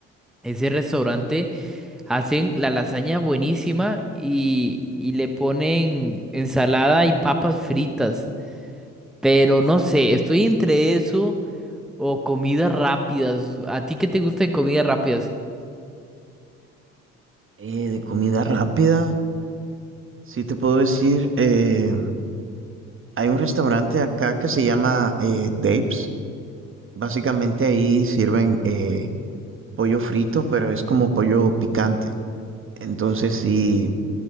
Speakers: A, in the centre; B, on the right.
A: Ese restaurante hacen la lasaña buenísima y, y le ponen ensalada y papas fritas. Pero no sé, estoy entre eso o comidas rápidas. ¿A ti qué te gustan comidas rápidas?
B: Eh, de comida rápida, sí te puedo decir, eh, hay un restaurante acá que se llama eh, Dave's. Básicamente ahí sirven eh, pollo frito, pero es como pollo picante. Entonces sí,